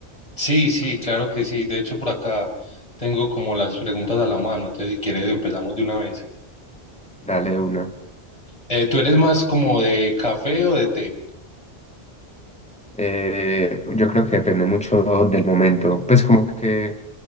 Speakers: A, on the left; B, in the centre.
A: Sí, sí, claro que sí. De hecho, por acá tengo como las preguntas a la mano. Entonces, si quieres, empezamos de una vez.
B: Dale de una.
A: Eh, ¿tú eres más como de café o de té?
B: Eh, yo creo que depende mucho del momento. Pues como que